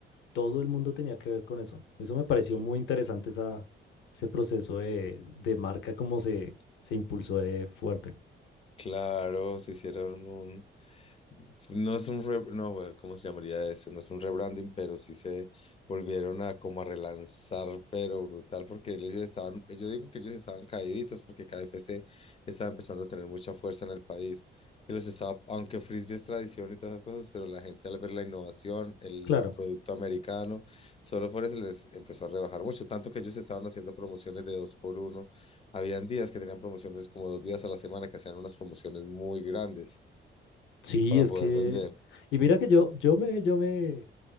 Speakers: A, on the left; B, on the left.
A: todo el mundo tenía que ver con eso. Eso me pareció
B: Sí.
A: muy interesante esa, ese proceso de, de marca, como se, se impulsó de fuerte.
B: Claro, se hicieron un, No es un re- no, bueno, ¿cómo se llamaría eso? No es un rebranding, pero sí se volvieron a como a relanzar, pero brutal, porque ellos estaban, yo digo que ellos estaban caíditos porque K F C estaba empezando a tener mucha fuerza en el país. Y los estaba, aunque frisbee es tradición y todas esas cosas, pero la gente al ver la innovación, el
A: Claro.
B: producto americano, solo por eso les empezó a rebajar mucho, tanto que ellos estaban haciendo promociones de dos por uno. Habían días que tenían promociones como dos días a la semana, que hacían unas promociones muy grandes
A: Sí,
B: para
A: es
B: poder
A: que.
B: vender.
A: Y mira que yo, yo me, yo me,